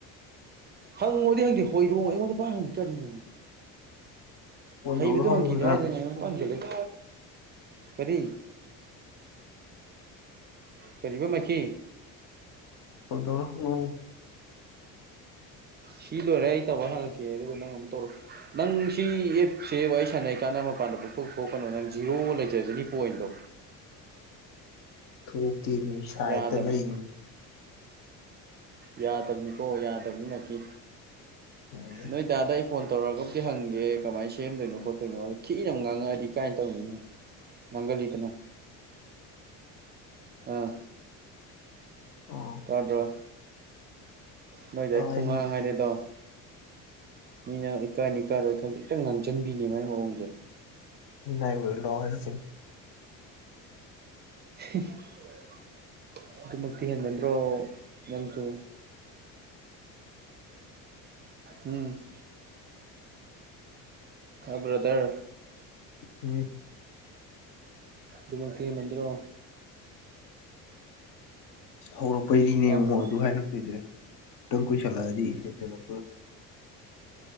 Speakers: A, on the right (about 30°); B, on the left (about 65°).
A: ꯍꯪꯉꯨꯗꯤ ꯍꯪꯗꯦ ꯍꯣꯏꯗꯣꯛꯉꯑꯣ ꯑꯩꯉꯣꯟꯗ ꯄ ꯍꯪꯉꯤ ꯀꯔꯤꯒꯣꯤ
B: ꯐꯣꯟ
A: ꯍꯩꯕꯗꯨ
B: ꯇꯧꯔ ꯍꯪꯉꯨꯗ꯭ꯔꯥ
A: ꯍꯪꯈꯤꯗꯦ ꯍꯥꯏꯗꯅꯪ ꯀꯔꯤ ꯄ ꯃꯥꯈꯤ
B: ꯗꯣꯔꯃꯨꯡ
A: ꯁꯤ ꯂꯣꯏꯔꯦ ꯑꯩ ꯇꯧꯕ ꯍꯪꯉꯛꯀꯦ ꯑꯗꯨꯒ ꯅꯪ ꯑꯃꯨꯛ ꯇꯧꯔꯣ ꯅꯪ ꯁꯤ ꯑꯦꯞꯁꯦ ꯋꯥꯔꯤ ꯁꯥꯟꯅꯔꯤ ꯀꯥꯟꯗ ꯃꯅꯤꯄꯥꯟꯗ ꯄꯊꯣꯛ ꯊꯣꯛꯄꯅ ꯅꯪ ꯖꯤꯔꯣ ꯂꯩꯖꯁꯤꯅꯤ ꯄꯣꯏꯟꯗꯣ
B: ꯊꯣꯛꯣꯛꯄꯇꯅꯤ ꯁꯥꯏꯠꯇ
A: ꯌꯥꯗꯕꯅꯤ
B: ꯂꯩꯅ
A: ꯌꯥꯗꯕꯅꯤꯀꯣ ꯌꯥꯗꯕꯅꯤꯅꯀꯤ
B: ꯌꯥꯏꯌꯦ
A: ꯅꯣꯏ ꯇꯥꯗ ꯑꯩ ꯐꯣꯟ ꯇꯧꯔꯒꯕꯨꯗꯤ ꯍꯪꯒꯦ ꯀꯃꯥꯏꯅ ꯁꯦꯝꯗꯣꯏꯅꯣ ꯈꯣꯠꯇꯣꯏꯅꯣꯗꯣ ꯊꯤꯛꯅꯅꯕ ꯉꯥꯡꯉꯛꯑꯗꯤ ꯀꯥꯏꯅ ꯇꯧꯅꯤꯅ ꯃꯪꯒꯜꯂꯤꯗꯅ ꯑꯥ
B: ꯑꯣ
A: ꯇꯗ꯭ꯔꯣ ꯅꯣꯏꯗ
B: ꯇꯥꯏꯃꯤ
A: ꯑꯩ ꯈꯨꯡꯉꯥꯡ ꯍꯥꯏꯔꯦꯗꯣ ꯃꯤꯅ ꯏꯀꯥꯏꯅꯤ ꯀꯥꯔꯣꯏ ꯈ ꯇꯪ ꯉꯥꯡꯁꯤꯟꯕꯤꯅꯤ ꯃꯥꯏ ꯃꯑꯣꯡꯁꯦ
B: ꯥꯏ ꯑꯣꯏ ꯂ ꯍꯥꯏꯔ
A: <inaudible> ꯑꯗꯨꯃꯛ ꯇꯦꯟ ꯃꯦꯟꯗ꯭ꯔꯣ ꯃꯦꯝ ꯆ ꯎꯝ ꯕ꯭ꯔꯗꯔ
B: ꯎꯝ
A: ꯗꯨꯃꯀꯤꯤ ꯃꯟꯗ꯭ꯔꯣ
B: ꯍꯧꯔꯛꯄꯩꯗꯤꯅꯦꯕꯉꯣ
A: ꯇꯥꯕ꯭ꯔꯣ
B: ꯑꯗꯨ ꯍꯥꯏꯔꯛꯇꯣꯏꯁꯦꯇꯪ ꯈꯨꯣꯏꯁꯂꯔꯤ ꯍꯦꯗ ꯂ